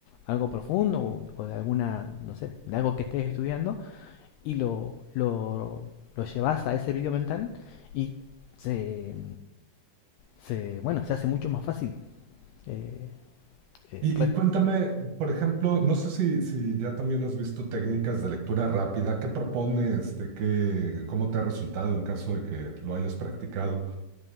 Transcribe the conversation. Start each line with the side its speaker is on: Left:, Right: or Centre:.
Left: algo profundo o, o de alguna, no sé, de algo que estés estudiando y lo, lo, lo llevas a ese video mental y se, se, bueno, se hace mucho más fácil. Eh, eh,
Right: Y, y cuéntame, por ejemplo, no sé si, si ya también has visto técnicas de lectura rápida. ¿Qué propone este, qué, cómo te ha resultado en caso de que lo hayas practicado?